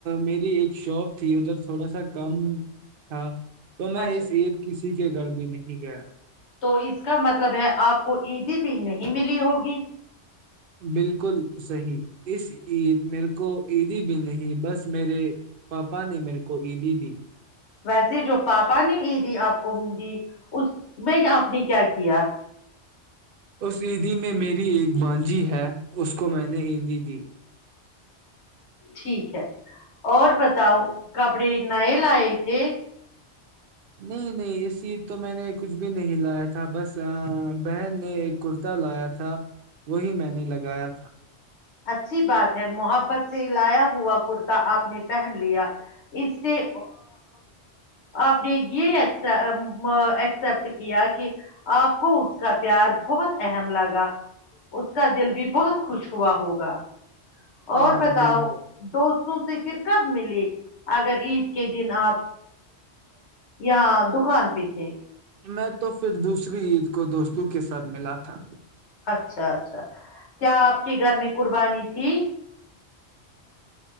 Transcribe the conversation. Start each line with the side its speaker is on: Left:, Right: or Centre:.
Right: میری ایک شاپ تھی ادھر تھوڑا سا کام تھا تو میں
Left: اچھا
Right: اس عید کی کسی کے گھر بھی نہیں گیا
Left: تو اس کا مطلب ہے آپ کو ای ڈی پ نہیں ملی ہوگی
Right: بالکل صحی اس عید میرے کو عیدی بھی نہیں بس میرے پاپا نے میرے کو عیدی دی
Left: ویسے جو پاپا نے عیدی آپ کو اس میں آپ نے کیا کیا
Right: اس عیدی میں میری ایک مانجی ہے اس کو میں نے عیدی دی
Left: ٹھیک ہے اور بتاؤ کپڑی نائے لئے تھے
Right: نہیں نہیں اس تو میں نے کچھ بھی نہیں لایا تھا بس بہن نے ایک کرتا لایا تھا وہی میں نے لگایا تھا
Left: اچھی بات ہے محبت سے لایا ہوا کرتا آپ نے پہن لیا اس سے آپ نے یہ ایکسپٹ کیا کہ آپ کو اس کا پیار بہت اہم لگا اس کا دل بھی بہت خوش ہوا ہوگا
Right: ہاں
Left: اور بتاؤ
Right: بالکل
Left: دو سے پھر کب ملے اگر عید کے دن آپ یہاں دکان پہ تھے
Right: میں تو پھر دوسری عید کو دوستوں کے ساتھ ملا تھا
Left: اچھا اچھا کیا آپ کے گھر میں قربانی ہی <inaudible>